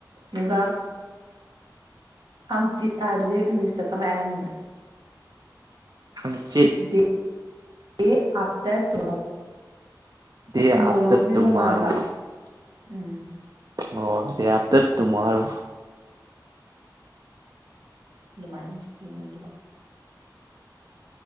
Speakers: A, on the right (about 75°); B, on the right (about 60°).
A: ꯑꯗꯨꯒ ꯍꯡꯆꯤꯠ ꯍꯥꯏꯕꯁꯦ ꯏꯪꯂꯤꯁꯇ ꯀꯃꯥꯏꯅ ꯍꯥꯏꯅꯤ
B: ꯍꯡꯆꯤꯠ
A: <unintelligible> ꯗꯦ ꯑꯥꯞꯇꯔ ꯇꯨꯃꯣ
B: ꯗꯦ
A: ꯇꯨꯃꯣꯔꯣꯒꯤ
B: ꯑꯥꯐꯇꯔ ꯇꯨꯃꯣꯔꯣ
A: ꯅꯣꯡꯉꯥꯟꯕ ꯎꯝ
B: ꯑꯣ ꯗꯦ ꯑꯥꯞꯇꯔ ꯇꯨꯃꯥꯔꯣ
A: ꯑꯗꯨꯃꯥꯏꯅ <unintelligible>